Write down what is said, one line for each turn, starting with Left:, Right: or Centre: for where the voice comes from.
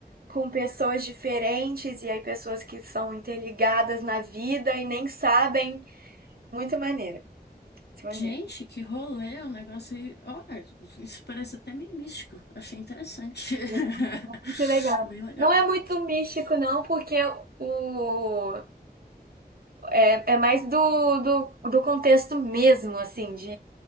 Right: com pessoas diferentes e aí pessoas que são interligadas na vida e nem sabem. Muito maneiro, muito maneiro.
Left: Gente, que rolê, o negócio aí. Olha, isso parece até meio místico. Achei interessante.
Right: E É muito,
Left: <laughs>
Right: muito legal.
Left: Bem legal.
Right: Não é muito místico, não, porque o é, é mais do, do, do contexto mesmo, assim, de,